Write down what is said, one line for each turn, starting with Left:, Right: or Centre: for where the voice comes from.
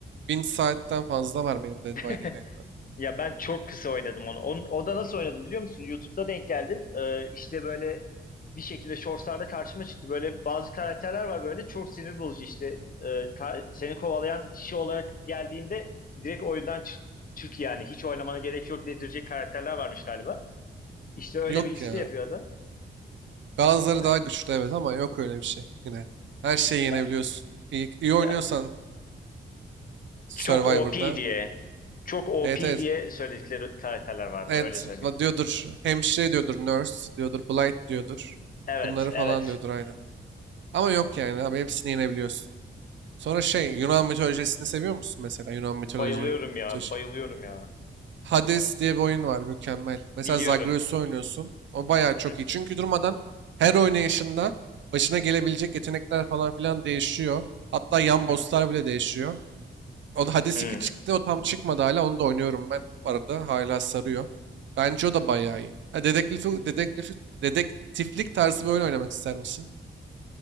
Right: 1000 saatten fazla var benim Dead
Left: <laughs>
Right: by Daylight'ta.
Left: ya ben çok kısa oynadım onu. Onu- O da nasıl oynadım biliyor musun? YouTube'da denk geldim. Ee, işte böyle bir şekilde shortslarda karşıma çıktı. Böyle bazı karakterler var böyle çok sinir bozucu işte. Ee, ka- seni kovalayan kişi olarak geldiğinde direkt oyundan çık, çık yani. Hiç oynamana gerek yok dedirecek karakterler varmış galiba. İşte öyle
Right: Yok
Left: bir liste
Right: ya.
Left: yapıyordu.
Right: Bazıları
Left: Ben
Right: daha güçlü evet ama yok öyle bir şey yine. Her şeyi yenebiliyorsun.
Left: ya,
Right: İyi, iyi oynuyorsan
Left: ya
Right: Survivor'da.
Left: Çok OP diye, çok OP
Right: Evet evet.
Left: diye söyledikleri karakterler vardı.
Right: Evet
Left: Öyle söyleyeyim.
Right: va- diyordur hemşire diyordur nurse diyordur blight diyordur.
Left: Evet,
Right: Bunları
Left: evet.
Right: falan diyordur aynen. Ama yok yani abi hepsini yenebiliyorsun. Sonra şey Yunan mitolojisini seviyor musun mesela? Yunan mitoloji,
Left: Bayılıyorum ya,
Right: mitoloji-
Left: bayılıyorum ya.
Right: Hades diye bir oyun var mükemmel. Mesela
Left: Biliyorum.
Right: Zagreus'u oynuyorsun. O bayağı
Left: Hı
Right: çok
Left: hı,
Right: iyi. Çünkü durmadan her oynayışında başına gelebilecek yetenekler falan filan değişiyor. Hatta yan
Left: hı
Right: bosslar
Left: hı.
Right: bile değişiyor. O da Hades
Left: Hmm.
Right: 2 çıktı. O tam çıkmadı hala. Onu da oynuyorum ben. Bu arada hala sarıyor. Bence o da bayağı iyi. Ha, dedektiflik, dedektiflik, dedektiflik tarzı bir oyun oynamak ister misin?